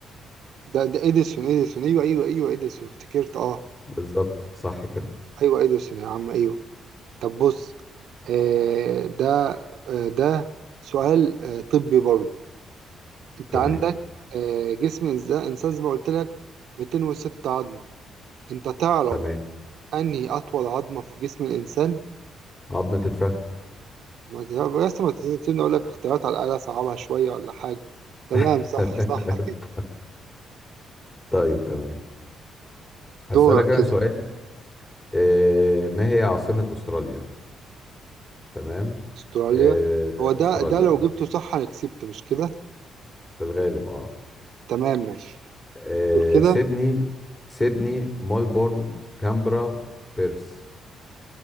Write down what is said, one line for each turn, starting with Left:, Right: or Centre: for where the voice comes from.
Right: ده ده إديسون إديسون أيوه أيوه أيوه إديسون افتكرت أه
Left: بالظبط صح كده
Right: أيوه إديسون يا عم أيوه طب بص آه ده آه ده سؤال آه طبي برضه أنت
Left: تمام
Right: عندك آه جسم الإنسان إنسان زي ما قلت لك 206 عظمة أنت تعرف
Left: تمام
Right: أنهي أطول عظمة في جسم الإنسان؟
Left: عظمة الفخذ
Right: ما ت- يا اسطى ما تسيبني أقول لك اختيارات على الأقل أصعبها شوية ولا حاجة تمام
Left: <laughs>
Right: صح صح كده.
Left: طيب تمام هسألك
Right: دورك
Left: انا
Right: كده
Left: سؤال آه ما هي عاصمة استراليا تمام
Right: استراليا
Left: آه
Right: هو ده
Left: استراليا
Right: ده لو
Left: اه
Right: جبته صح انا كسبت مش كده
Left: في الغالب اه
Right: تمام ماشي
Left: آه،
Right: قول كده
Left: سيدني سيدني ملبورن كامبرا بيرث